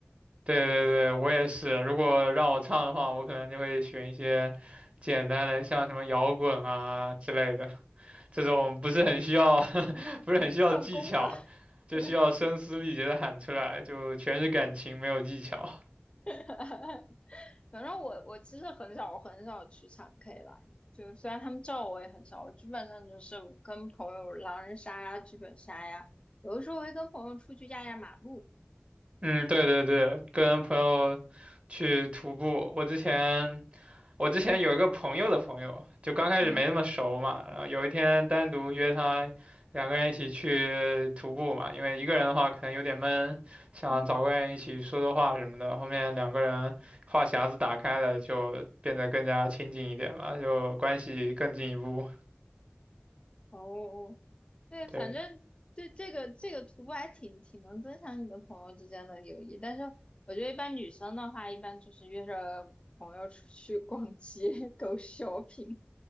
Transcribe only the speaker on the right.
对对对，我也是。如果让我唱的话，我可能就会选一些简单的，像什么摇滚啊之类的，这种不是很需要，<laughs> 不是很需要技巧，
就需要声嘶力竭的喊出来，
就全是感情，没有技巧。
嗯，对对对，跟朋友去徒步，我之前。我之前有一个朋友的朋友，就刚开始没那么熟嘛，
然后有一天单独约他，两个人一起去徒步嘛，因为一个人的话可能有点闷，想找个人一起说说话什么的。
后面两个人话匣子打开了，就变得更加亲近一点嘛，就关系更进一步。
对，